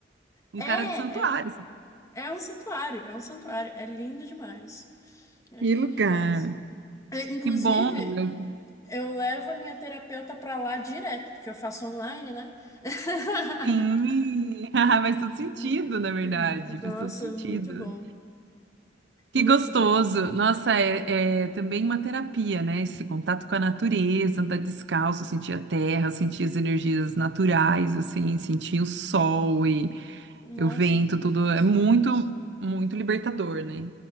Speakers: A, on the right; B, on the left.
A: Um
B: É,
A: cara de santuário.
B: é,
A: assim.
B: é um santuário, é um santuário. É lindo demais. É
A: Que
B: lindo
A: lugar.
B: demais. É, Inclusive,
A: Que bom. Eu-
B: eu levo a minha terapeuta pra lá direto, porque eu faço online, né? <laughs>
A: Sim. <laughs> Faz todo sentido,
B: Hum,
A: na verdade. Faz
B: Nossa,
A: todo sentido.
B: muito bom.
A: Que
B: Muito
A: gostoso!
B: bom.
A: Nossa, é, é também uma terapia, né? Esse contato com a natureza, andar descalço, sentir a terra, sentir as energias naturais, assim, sentir o sol e
B: Nossa,
A: o vento, tudo é muito, muito libertador, né?